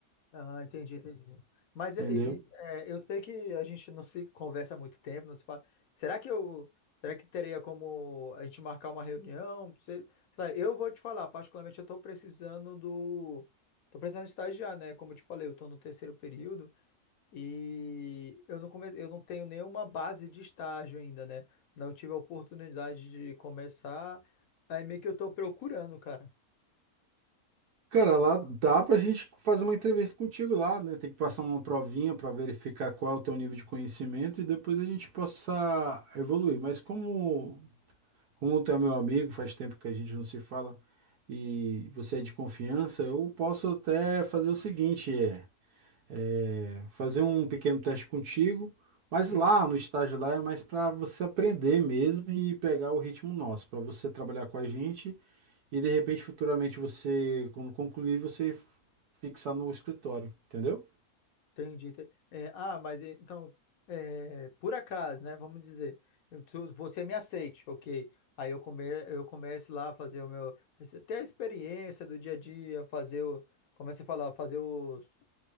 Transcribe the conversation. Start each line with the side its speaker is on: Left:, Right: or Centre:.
Left: Ah, entendi, entendi. Mas
Right: Entendeu?
Left: é, e- e- é, eu sei que a gente não se conversa há muito tempo, não se fala. Será que eu, será que teria como a gente marcar uma reunião? Você- sei lá, eu vou te falar, particularmente eu estou precisando do, tô precisando estagiar, né? Como eu te falei, eu estou no terceiro período. E eu não comecei, eu não tenho nenhuma base de estágio ainda, né? Não tive a oportunidade de começar. Aí meio que eu tô procurando, cara.
Right: Cara, lá dá pra gente fazer uma entrevista contigo lá, né? Tem que passar uma provinha para verificar qual é o teu nível de conhecimento e depois a gente possa evoluir. Mas como, como tu é meu amigo, faz tempo que a gente não se fala e você é de confiança, eu posso até fazer o seguinte, é. é, fazer um pequeno teste contigo, mas
Left: Sim,
Right: lá
Left: sim.
Right: no estágio lá é mais para você aprender mesmo e pegar o ritmo nosso, para você trabalhar com a gente e de repente futuramente você, quando concluir, você f- fixar no escritório, entendeu?
Left: Entendi. Te- é, ah, mas e- então, é, por acaso, né? Vamos dizer, eu- tu- você me aceite, ok. Aí eu, come, eu começo lá a fazer o meu. Ter a experiência do dia a dia, fazer o. Como é que você fala? Fazer os.